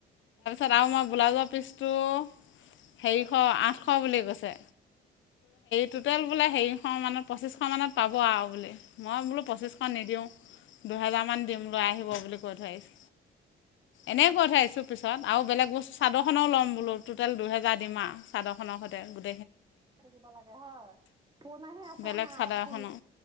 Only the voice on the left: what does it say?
তাৰ মই ব্লাউজৰ পিচটো হেৰিশ আঠশ বুলি কৈছে ট'টেল বোলে হেৰিশ মানত পঁচিছশ মানত পাব আৰু বোলে মই বোলো পঁচিছশ নিদিওঁ দুহেজাৰ মান দিম লৈ আহিব বুলি কৈ থৈছো এনেই কৈ থৈছো পিছত আৰু বেলেগ বস্তু চাদৰখনেও ল'ম বোলো টটোটেল দুইহেজাৰ দিম আৰু চাদৰখনৰ সৈতেটেই
বেলেগ
চাদৰ
এখনো